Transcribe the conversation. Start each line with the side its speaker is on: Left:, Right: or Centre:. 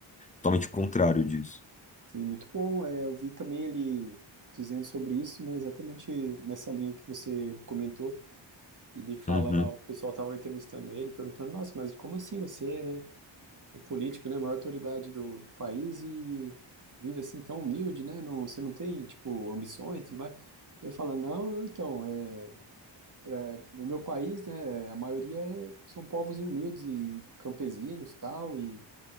Left: totalmente contrário disso.
Right: Sim, muito bom. É, eu vi também ele dizendo sobre isso, né, exatamente nessa linha que você comentou. Ele fala
Left: Uhum.
Right: lá, o pessoal estava entrevistando ele, perguntando, nossa, mas como assim você, né, é político, né, a maior autoridade do, do país e vive assim tão humilde, né, não, você não tem, tipo, ambições e tudo mais. Ele fala, não, não, então, é, pra, o meu país, né, a maioria é- são povos humildes e campesinos, tal, e